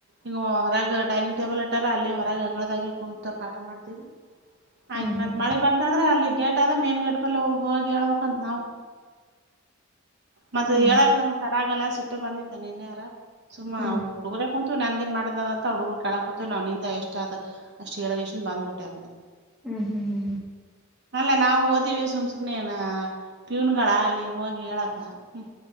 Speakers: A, on the right; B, in the centre.
A: ಹ್ ಹೊರಗ್ ಡೈನಿಂಗ್ ಟೇಬಲ್ ಇಟ್ಟಾರ ಅಲ್ಲೇ ಹೊರಗ ಅಂಗಳದಾಗಿ ಕುಂತಾ ಪಾಠ ಮಾಡ್ತೀವಿ
B: ಹ್ಮ್
A: ಆಯ್ತ್
B: ಹ್ಮ್ ಹ್ಮ್ ಹ್ಮ್ ಹ್ಮ್ ಹ್ಮ್ ಹ್ಮ್
A: ಮತ್
B: ಹ್ಮ್ ಹ್ಮ್
A: ಮಳೆ ಬಂತ ಅಂದ್ರೆ ಅಲ್ಲಿ ಗೇಟ್ ಅದ ಮೇನ್ ಗೇಟ್ ಬಲ್ಲಿ ಹೋಗ್ಬೇಕು ಹಿ ಹೇಳ್ಬೇಕಂತ ನಾವವು
B: ಹ್ಮ್
A: ಮತ್ತ ಹೇಳಕ್
B: ಹ್ಮ್
A: ನಾವ್ ತಡ ಆಗಲ್ಲ ಸಿಟ್ಟ ಬಂದಿತ್ತ ನಿನ್ನೆಾರ ಸುಮ್ಮಾ
B: ಹ್ಮ್
A: ಹುಡುಗರ ಕು ನನಗ ಏನ್ ಮಾಡದ ಅಂತ ಹುಡುಗರ ಕೇಳಾಕತು ನಂದ ಎಷ್ಟ ಆದ ಅಷ್ಟ್ ಹೇಳದ ಎಷ್ಟನ್ ಬಂದ್ಬಿಟ್ಟೆ ಆಡೆ
B: ಹ್ಮ್ ಹ್ಮ್ ಹ್ಮ್ ಹ್ಮ
A: ಅಲ್ಲ ನಾವು ಓದಿವವಿ ಸುಮ್ ಸುಮ್ನೆನ ಪೀವನ್ಗಳ ಅಲ್ಲಿ ಹೋಗಿ ಹೇಳಕ್ಕ ಹ್ಮ